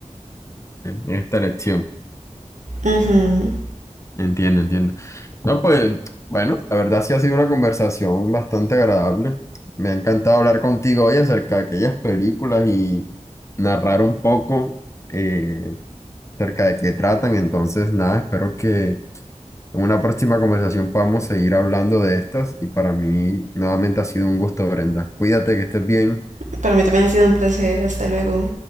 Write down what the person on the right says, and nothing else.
Ujú.
Para mí también ha sido un placer. Hasta luego.